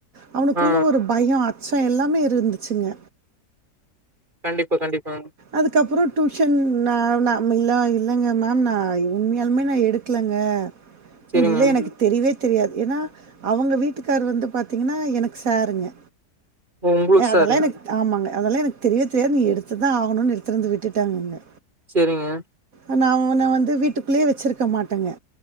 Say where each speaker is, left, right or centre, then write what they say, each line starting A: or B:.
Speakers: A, on the right; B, on the right.
A: அவனுக்குள்ள
B: ஆ.
A: ஒரு பயொ அ சோ எல்லாமே இருந்துச்சுங்க
B: கண்டிப்பா கண்டிப்பா
A: அதுக்கப்புறொ டியூஷன் நா நாமல்லா இல்லைங்க மேம் நா உண்மையாலுமே நா எடுக்கலங்க
B: சரிங்க.
A: இல்ல எனக்கு தெரியவே தெரியாது ஏன்னா அவங்க வீட்டுக்காரர் வந்து பாத்தீங்கன்னா எனக்கு சாருங்க
B: ஓ உங்களுக்கு
A: எ அதெல்லா
B: சாரு.
A: எனக்கு ஆமாங்க அதெல்லா எனக்கு தெரியவே தெரியாது நீ எடுத்து தா ஆகணுனு எடுத்திருந்து விட்டுவிட்டாங்கங்க
B: சரிங்க
A: ஆனா அவங்கன வந்து வீட்டுக்குள்ளேயே வெச்சுருக்க மாட்டேங்க